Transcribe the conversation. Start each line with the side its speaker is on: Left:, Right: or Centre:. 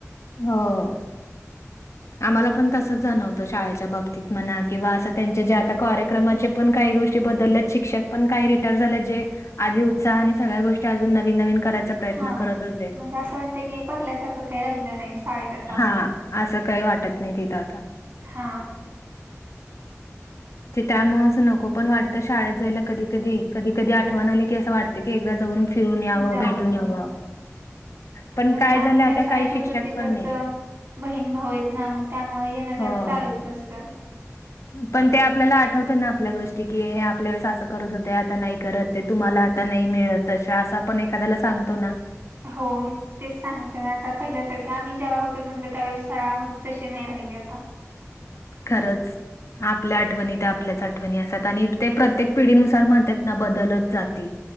Left: हो. आम्हाला पण तसंच जाणवतं शाळेच्या बाबतीत म्हणा किंवा असं त्यांचे जे आता कार्यक्रमाचे पण काही गोष्टी बदलल्यात शिक्षक पण काही रिटायर झाल्यात जे आधी उत्साह आणि सगळ्या गोष्टी अजून नवीन नवीन करत
Right: हां
Left: होते.
Right: म्हणजे असं वाटतं की पहिल्यासारखं काही राहिलं नाही शाळेत आता.
Left: हां, असं काही वाटत नाही तिथं आता.
Right: हां.
Left: ते त्यामुळंच नको पण वाटतं शाळेत जायला कधी कधी, कधी कधी आठवण आली की असं वाटतं की एकदा जाऊन फिरून यावं,
Right: जाऊन
Left: भेटून
Right: या.
Left: यावं.
Right: हो
Left: पण
Right: म्हणजे
Left: काय
Right: आम्ही
Left: झालं
Right: ज्या
Left: आता
Right: शाळेत
Left: काही शिक्षक
Right: होतो तिथंच
Left: पण नाही.
Right: अ, बहीण भाऊ आहेत ना मग त्यामुळं येणं जाणं
Left: हो.
Right: चालूच असतं.
Left: पण ते आपल्याला आठवतं ना आपल्या गोष्टी की हे आपल्या वेळेस असं करत होते आता नाही करत. ते तुम्हाला आता नाही मिळत तशा, असं आपण एखाद्याला सांगतो ना.
Right: हो मी तेच सांगितलं ना आता पहिल्यासारखे आम्ही ज्यावेळी होतत म्हटलं त्यावेळेस शाळा होती तशी नाही राहिली आता. <inaudible>
Left: खरंच. आपल्या आठवणी ते आपल्याच आठवणी असतात आणि ते प्रत्येक पिढीनुसार म्हणतात ना बदलत जाती.